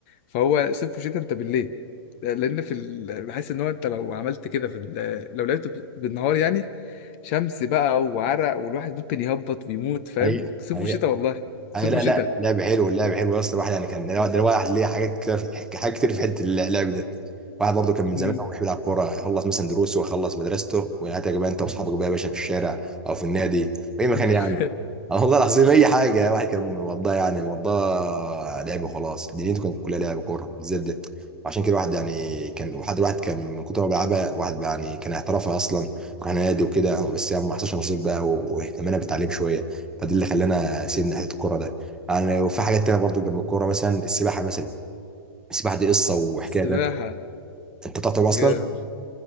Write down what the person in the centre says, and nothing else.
حقيقة
حقيقة
آه لا
لا لعب حلو اللعب حلو يا اسطى الواحد يعني كان ده الواحد ليه حاجات كتير في حاجات كتير في حته اللعب ده واحد برضه كان من
زمان قوي بيحب يلعب كوره يخلص مثلا دروسه ويخلص مدرسته ويعاتك بقى انت واصحابك بقى يا باشا في الشارع او في النادي في اي مكان
يعني آه والله العظيم اي حاجه الواحد كان مقضاها يعني مقضاها لعب وخلاص دنيته كانت كلها لعب كوره بالذات ده وعشان كده الواحد يعني كان وحد واحد كان من كتر ما بيلعبها واحد بقى يعني كان احترافها اصلا على نادي وكده بس يعني ما حصلش نصيب بقى واهتمامنا بالتعليم شويه فده اللي خلانا سيبنا حته الكوره ده يعني وفي حاجات تانية برضو جنب الكوره مثلا السباحه مثلا السباحه دي قصه وحكايه
بقى انت بتعرف تعوم اصلا